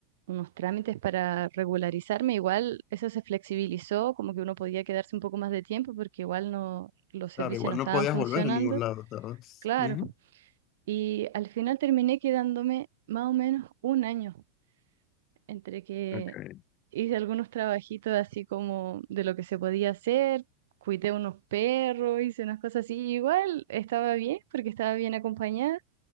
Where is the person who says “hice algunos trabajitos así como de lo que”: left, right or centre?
Right